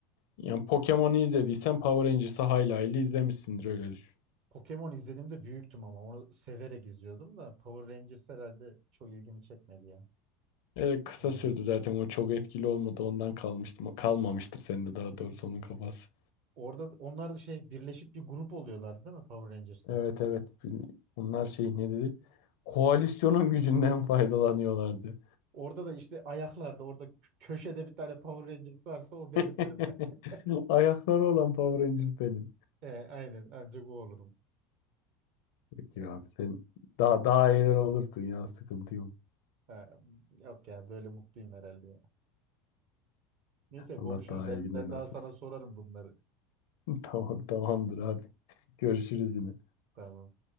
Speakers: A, on the left; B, on the right.
A: Yani Pokemon'u izlediysen Power Rangers'ı hayli hayli izlemişsindir öyle düşün.
B: Pokemon izlediğimde büyüktüm ama onu severek izliyordum da Power Rangers herhalde çok ilgimi çekmedi ya.
A: Öyle kısa
B: Yani
A: sürdü zaten o çok etkili olmadı ondan kalmıştı. Kalmamıştır sende daha doğrusu onun kafası.
B: orada da- onlar da şey birleşip bir grup oluyorlar değil mi Power Rangers'lar?
A: Evet evet. Bunlar şey ne dedi? Koalisyonun gücünden faydalanıyorlardı.
B: Orada da işte ayaklarda orada kö- köşede bir tane Power Rangers varsa o benimdir
A: <laughs>
B: be. <laughs>
A: Ayakları olan Power Ranger benim.
B: E, aynen ancak o olurum.
A: Peki
B: E,
A: abi sen daha daha iyiler olursun ya sıkıntı yok.
B: Ha, yok ya böyle mutluyum herhalde ya. Neyse Evet.
A: Allah
B: konuşuruz.
A: daha
B: Ben
A: iyi günler
B: ben
A: nasip
B: daha sana
A: etsin.
B: sorarım bunları.
A: <laughs> Tamam tamamdır abi. Görüşürüz yine.
B: Tamam.